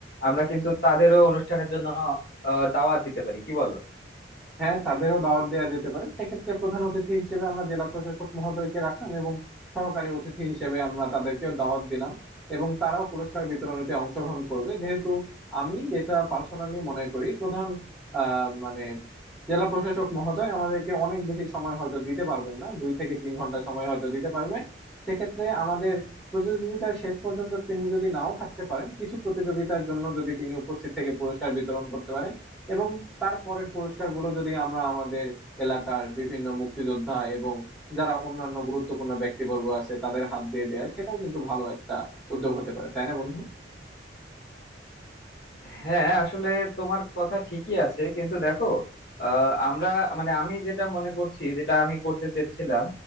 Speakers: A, on the left (about 55°); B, in the centre.
A: আমরা কিন্তু তাদেরও অনুষ্ঠানের জন্য আহ, দাওয়াত দিতে পারি কি বলো
B: হ্যাঁ তাদেরও দাওয়াত দেওয়া যেতে পারে সেক্ষেত্রে প্রধান অতিথি হিসেবে আমরা জেলা প্রশাসক মহোদয়কে রাখলাম এবং সহকারী অতিথি হিসেবে আমরা তাদেরকেও দাওয়াত দিলাম এবং তারাও পুরস্কার বিতরণীতে অংশগ্রহণ করবে যেহেতু আমি যেটা পার্সোনালি মনে করি প্রধান আহ মানে জেলা প্রশাসক মহোদয় আমাদেরকে অনেক বেশি সময় হয়তো দিতে পারবেন না দুই থেকে তিন ঘন্টা সময় হয়তো দিতে পারবেন সেক্ষেত্রে আমাদের প্রতিযোগিতার শেষ পর্যন্ত তিনি যদি নাও থাকতে পারেন কিছু প্রতিযোগিতার জন্য যদি তিনি উপস্থিত থেকে পুরস্কার বিতরণ করতে পারেন এবং তারপরের পুরস্কারগুলো যদি আমরা আমাদের এলাকার বিভিন্ন মুক্তিযোদ্ধা এবং যারা অন্যান্য গুরুত্বপূর্ণ ব্যক্তিবর্গ আছে তাদের হাত দিয়ে দেয় সেটাও কিন্তু ভালো একটা উদ্যোগ হতে পারে তাই না বন্ধু
A: হ্যাঁ আসলে তোমার কথা ঠিকই আছে কিন্তু দেখো আহ, আমরা মানে আমি যেটা মনে করছি যেটা আমি করতে চেয়েছিলাম